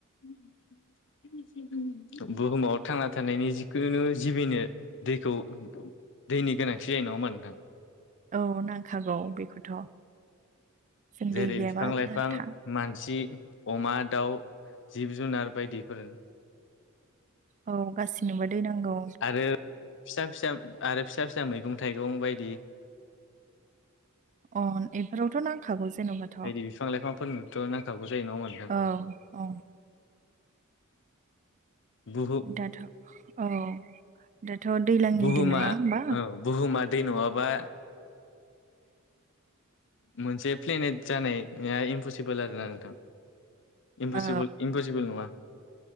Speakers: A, on the left; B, on the right.
A: <inaudible> बुहुमाव थांना थानायनि जिखुनु जिबिनो दैखौ दैनि गोनांथि जायो नङाोमा नोंथां।
B: औ नांखागौ बेखौथ' जों
A: जेरै
B: दै गैयाबा
A: बिफां लाइफां
B: थां।
A: मानसि अमा दाउ जिब जुनार बायदिफोर
B: औ गासैनोबो दै नंगौ।
A: आरो फिसा फिसा आरो फिसा फिसा मैगं थाइगं बायदि
B: अ बेफोरावथ' नांखागौ जेन'बा
A: बायदि बिफां लाइफांफोरनोथ' नांखागौ जायो नङामा
B: औ औ।
A: बहु-
B: दाथ' औ दाथ' दैज्लांनि
A: बुहुमा
B: दिन नङा होमबा
A: औ बुहुमादै नङाब्ला मोनसे प्लेनेट जानाया इमपसिबोल आरोना नोंथां। इमपसिबोल
B: औ
A: इमपसिबोल नङा